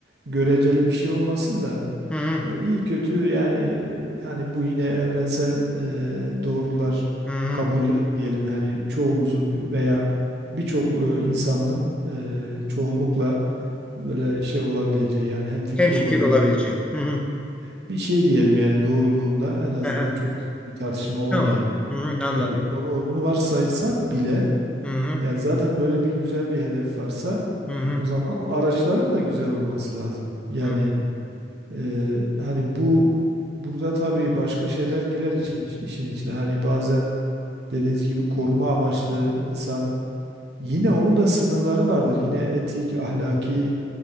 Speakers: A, on the right; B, in the centre.
A: göreceli bir şey olmasın da
B: Hı hı.
A: e, iyi kötü yani e, hani bu yine evrensel e, doğrular
B: Hı hı.
A: kabuller diyelim hani çoğumuzun veya birçok e, insanın e, çoğunlukla böyle şey olabileceği yani hem fikir
B: Hem fikir
A: olabileceği
B: olabileceğim. Hı hı.
A: bir şey diyelim yani doğruluğunda en azından
B: Hı hı.
A: çok ciddi bir tartışma olmayan
B: Tamam hocam. Hı hı. Anladım.
A: e, bir konu olduğunu varsaysak bile
B: Hı hı.
A: yani zaten böyle bir güzel bir hedef varsa
B: Hı hı.
A: o zaman o araçların da güzel olması lazım. Yani
B: Hı hı.
A: e, hani bu burada tabii başka şeyler girer için, işin içine. Hani bazen dediğiniz gibi koruma amaçlı insan yine onun da sınırları vardır. Yine etik, ahlaki